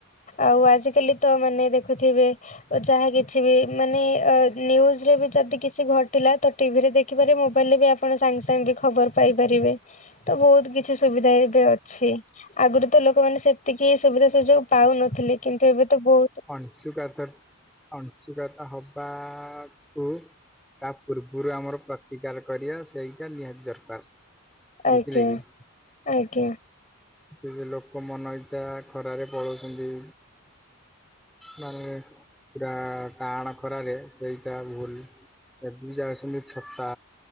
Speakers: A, on the left (about 35°); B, in the centre.
A: ଆଉ ଆଜିକାଲି ତ ମାନେ ଦେଖୁଥିବେ ଯାହା କିଛି ବି ମାନେ ନ୍ୟୁଜରେ ବି ଯଦି କିଛି ଘଟେ ପିଲା ତ ଟିଭିରେ ଦେଖି ପାରିବେ ମୋବାଇଲ ରେ ବି ଆପଣ ସାଙ୍ଗେ ସାଙ୍ଗେ ବି ଖବର ପାଇପାରିବେ, ତ ବହୁତ କି କିଛି ସୁବିଧା ଏବେ ଅଛି ।ଆଗରୁ ତ ଲୋକମାନେ ସେତିକି ସୁବିଧା ସୁଯୋଗ ନଥିଲି କିନ୍ତୁ ଏବେ ତ ବହୁ
B: ଅଂଶୁକାତ ଅଂଞ୍ଚୁକାତ ହବାଠୁ ତା ପୂର୍ବରୁ ଆମର ପ୍ରତିକାର କରିବା ସେଇଟା ନିହାତି ଦରକାର।
A: ଆଜ୍ଞା
B: ବୁଝଲ କି?
A: ଆଜ୍ଞା।
B: ସେ ଯେ ଲୋକ ମନ ଇଚ୍ଛା ଖରାରେ ପଳାଉଛନ୍ତି। ମାନେ ପୁରା ଟାଣ ଖର ରେ ସେଇଟା ଭୁଲ ଏ ଦିଇ ଯା ଅଛନ୍ତି ଛତା